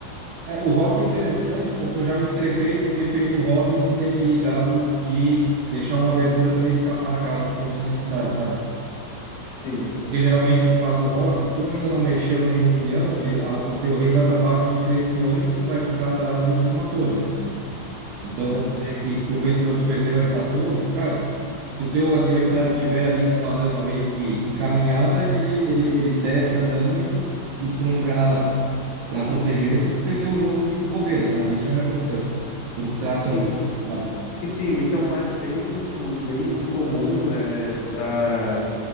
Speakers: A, on the right; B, on the left.
A: É, o rock é interessante porque eu já me estrepei por ter feito o rock e não ter me ligado de deixar uma abertura para ele escapar caso fosse necessário, sabe?
B: Sim.
A: Porque geralmente tu faz o rock, se tu ainda não mexeu nenhum peão, ele, a- o teu rei vai para baixo de três peões e vai ficar atrás de, de uma torre, né? Então
B: Uhum.
A: vamos dizer que porventura tu perdeu essa torre, cara, se o teu adversário tiver ali com a dama meio que encaminhada, ele, ele, ele desce a dama e tu, e se tu não tiver nada para proteger, tu perdeu o jogo de bobeira, sabe? Isso já me aconteceu. Por distração,
B: Sim,
A: mesmo, sabe?
B: sim, sim. Isso é um mate bem, tipo, bem comum, é, para